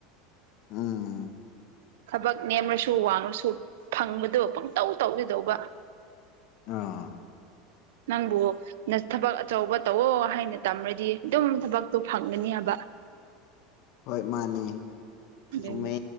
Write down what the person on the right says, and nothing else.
ꯊꯕꯛ ꯅꯦꯝꯔꯁꯨ ꯋꯥꯡꯉꯁꯨ ꯐꯪꯕꯗꯣ ꯄꯪꯇꯧ ꯇꯧꯒꯥꯗꯧꯕ
ꯅꯪꯕꯨ ꯅ ꯊꯕꯛ ꯑꯆꯧꯕ ꯇꯧꯋꯨ ꯍꯥꯏꯅ ꯇꯝꯔꯗꯤ ꯑꯗꯨꯝ ꯊꯕꯛꯇꯣ ꯐꯪꯒꯅꯤꯕ ꯌ
ꯑꯗꯨꯅꯤ